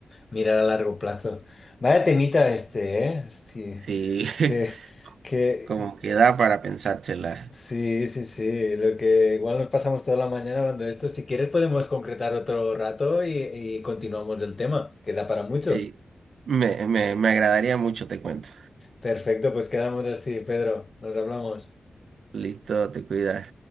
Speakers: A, on the left; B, on the right.
A: Mirar a largo plazo. Vaya temita este, ¿eh? Hostia,
B: sí, <laughs>
A: que, que...
B: como que da para pensársela.
A: Sí, sí, sí. Lo que igual nos pasamos toda la mañana hablando de esto. Si quieres podemos concretar otro rato y, y continuamos el tema. Queda para mucho.
B: Sí, me, me, me agradaría mucho, te cuento.
A: Perfecto, pues quedamos así, Pedro. Nos hablamos.
B: Listo, te cuidas.